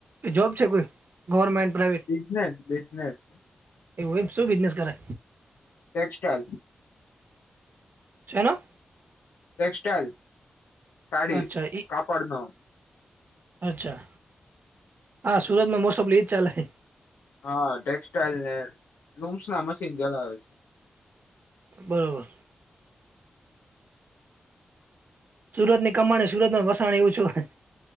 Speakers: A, on the right; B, on the left.
A: કે જોબ છે કોઈ ગવર્મેન્ટ પ્રાાઈવેટ?
B: Business business.
A: એવું એમ શું બિઝનેસ કરે?
B: ટેક્સટાઈઇલ.
A: છેના?
B: ટેક્સટાઈલ સાડી
A: અચ્છા ઈ
B: કાપડ નો
A: અચ્છા હા, સુરતમાં મોસ્ટ ઓફ લીદ ચાલૈ.
B: હા, ટેક્સટાઈલ ને લૂમ્સ ના મશીન ચલાવે છે.
A: બરોબર. સુરત ની કમાણી સુરત માં વસાણ એવું છું.